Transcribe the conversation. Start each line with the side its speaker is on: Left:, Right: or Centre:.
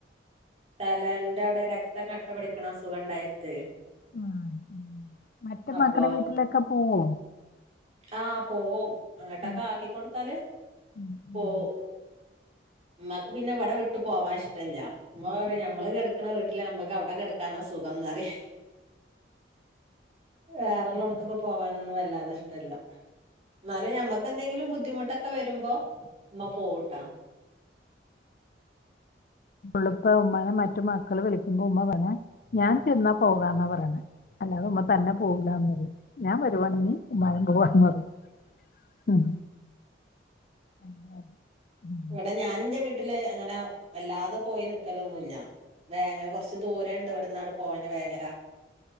Right: തലേന്റെ അവിടെ രക്തം കട്ട പിടിക്കണ അസുഖ ഉണ്ടായി അടുത്ത്.
Left: ആഹ് മറ്റേ
Right: അപ്പൊ
Left: മക്കടെ വീട്ടിലൊക്കെ പോവോ?
Right: ആഹ് പോവും അങ്ങോട്ടൊക്കെ
Left: ഉം.
Right: ആക്കിക്കൊടുത്താല്
Left: ഉം.
Right: പോവും.
Left: ഉം.
Right: ഉമ്മാക്ക് പിന്നെ ഇവിടെ വിട്ട് പോവാൻ ഇഷ്ട ഇല്ല ഉമ്മ പറയും ഞമ്മള് കിടക്കണ വീട്ടില് ഞമ്മക്ക് അവിടെ കിടക്ക ക്കാന സുഖം പറയും. വേറെ ഉള്ള
Left: ഉം.
Right: ഇടത്തേക്ക് പോവാനൊന്നും വല്ലാതെ ഇഷ് യില്ല്യാ എന്നാലും ഞമ്മക്ക് എന്തെങ്കിലും ബുദ്ധിമുട്ടൊക്കെ വരുമ്പോ ഉമ്മ പോകുട്ടോ.
Left: പള്ളിപ്പാ ഉമ്മ മറ്റു മക്കള് വിളിക്കുമ്പോ ഉമ്മ പറയണേ ഞാൻ ചെന്നാ പോകാന്നാ പറയണേ. അല്ലാതെ ഉമ്മ തന്നെ പോകൂലാ പറയും ഞാൻ വരുവാണെങ്കി <unintelligible> പറഞ്ഞ് കെട് ഉം. ഉം.
Right: ഇവിടെ ഞാന് എന്റെ വീട്ടില് അങ്ങനെ വല്ലാതെ പോയി നിക്കലൊന്നു ഇല്ലാ വേങ്ങര കൊറച്ച്. ദൂരം ഉണ്ട് ഇവിടുന്നാട് പോകാന് വേങ്ങര